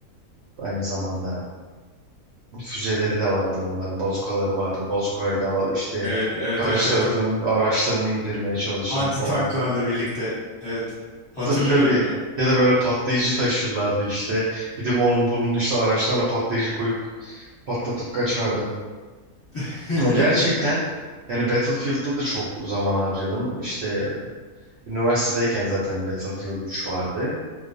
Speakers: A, on the right (about 65°); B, on the left (about 25°).
A: aynı zamanda füzeleri de vardı onların bazukaları vardı. Bazukayla işte
B: Evet, evet,
A: karşı
B: evet, evet,
A: tarafın
B: evet.
A: araçlarını indirmeye çalışayım
B: Anti
A: falan.
B: tanklarla birlikte. Evet. Hatırlıyorum
A: Tabii tabii.
B: ya.
A: Ya da böyle patlayıcı taşırlardı işte. Gidip onun bunun işte araçlarına patlayıcı koyup patlatıp kaçardım.
B: <laughs>
A: Ya gerçekten yani Battlefield'da da çok zaman harcadım. İşte üniversitedeyken zaten Battlefield 3 vardı.